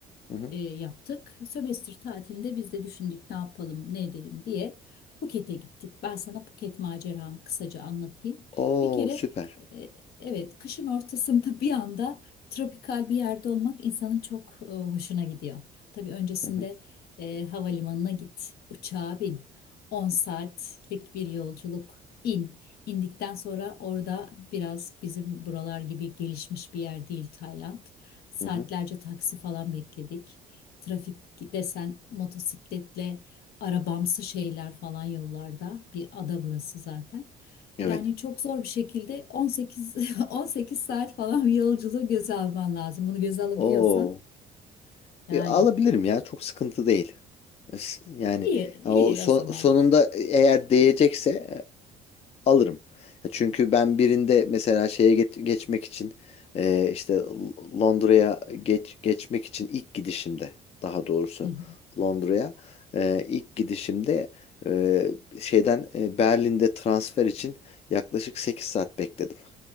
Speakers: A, on the left (about 35°); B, on the left (about 65°).
A: Hı hı.
B: e, yaptık. Sömestr tatilinde biz de düşündük ne yapalım, ne edelim diye Phuket'e gittik. Ben sana Phuket maceramı kısaca anlatayım.
A: Oo
B: Bir kere
A: süper.
B: e, evet kışın ortasında <laughs> bir anda tropikal bir yerde olmak insanın çok e, hoşuna gidiyor. Tabii öncesinde
A: Hı hı.
B: e, havalimanına git, uçağa bin. on saatlik bir yolculuk in. İndikten sonra orada biraz bizim buralar gibi gelişmiş bir yer değil Tayland. Saatlerce
A: Hı hı.
B: taksi falan bekledik. Trafik desen motosikletle arabamsı şeyler falan yollarda. Bir ada burası zaten.
A: Evet.
B: Yani çok zor bir şekilde 18 18 <laughs> saat falan bir yolculuğu göze alman lazım. Bunu göze alabiliyorsan
A: Oo.
B: yani
A: E, alabilirim ya çok sıkıntı değil. Es- Yani
B: iyi
A: ha,
B: iyi
A: o son-
B: o zaman.
A: sonunda e, eğer değecekse e, alırım. Ya Çünkü ben birinde mesela şeye get- geçmek için e, işte L- Londra'ya geç geçmek için ilk gidişimde daha doğrusu
B: Hı hı.
A: Londra'ya e, ilk gidişimde e, şeyden e, Berlin'de transfer için yaklaşık 8 saat bekledim.